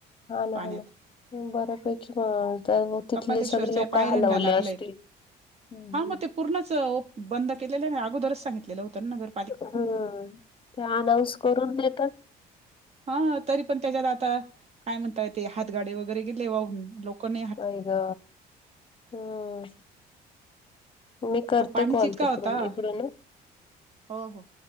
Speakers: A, on the left; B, on the right.
A: हा ना
B: पाण्यात
A: हा ना बऱ्या पैकी हम हं त्यामुळे तिथले
B: कपालेश्वरच्या
A: सगळे लोक
B: पायऱ्यांना
A: हालावले
B: लागलंय
A: असतील ह त्या..
B: हा मग ते पूर्णच ओप बंद केलेले हाय न अगोदरच सांगितलेलं होतं नगर
A: हम्म ते अनाऊन्स करून देतात.
B: हा हा तरी पण त्याच्यात आता काय म्हणताय ते हात गाडे वगैरे गेले वाहून लोकांनी आ
A: आई ग हम मी करते
B: आता पाणीच
A: कॉल
B: इतका
A: तिकडून
B: होता
A: इकडून
B: हो हो